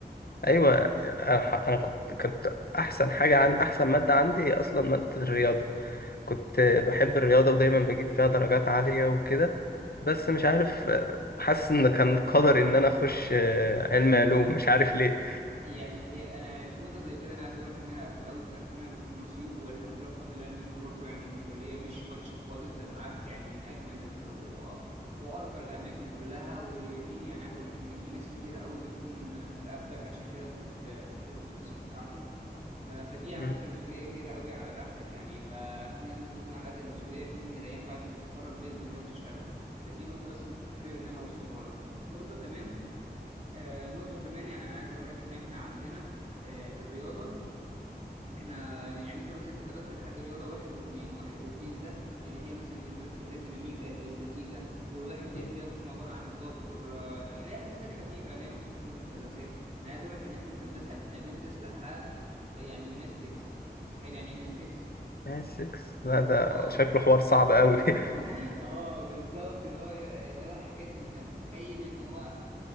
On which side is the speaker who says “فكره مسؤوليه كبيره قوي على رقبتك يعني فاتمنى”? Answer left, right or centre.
Right